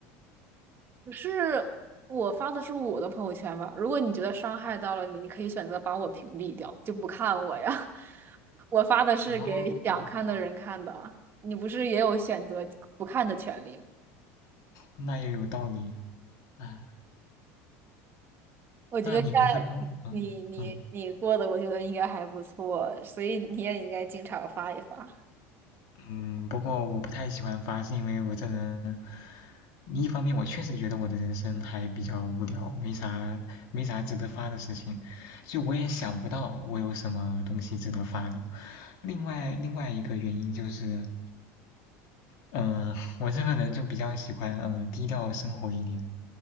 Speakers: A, on the right; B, on the left.
A: 可是我发的是我的朋友圈吧？如果你觉得伤害到了你，你可以选择把我屏蔽掉，就不看我呀。<laughs> 我发的是给想看的人看的啊，
B: 哦，
A: 你不是也有选择不看的权利吗？
B: 那也有道理。哎，
A: 我觉得像
B: 那你平时朋友，嗯嗯
A: 你你你过的，我觉得应该还不错，所以你也应该经常发一发。
B: 嗯，不过我不太喜欢发，是因为我这人，一方面我确实觉得我的人生还比较无聊，没啥没啥值得发的事情，就我也想不到我有什么东西值得发的。另外另外一个原因就是，嗯、呃我这个人就比较喜欢嗯、呃低调生活一点，